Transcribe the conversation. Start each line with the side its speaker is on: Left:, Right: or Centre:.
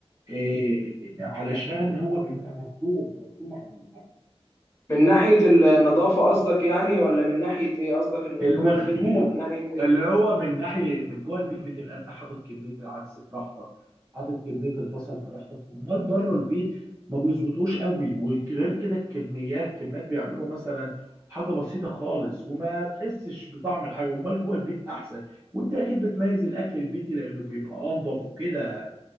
Right: إيه علشان هو بيبقى مخدوم مخدوم عن اللي بره
Left: من ناحية النظافة قصدك يعني ولا من ناحية إيه قصدك إن
Right: المخدوق
Left: جوه البيت بيبقى من ناحية إيه
Right: اللي هو من ناحيه من جوه البيت بتبقى انت حاطط كميه العدس براحتك حاطط كميه البصل براحتك امال بره البيت ما بيظبطوش قوي وغير كده الكميات كميات بيعملوا مثلا حاجه بسيطه خالص وما تحسش بطعم الحاجه امال جوه البيت احسن وانت اكيد بتميز الاكل البيتي لانه بيبقى انضف وكده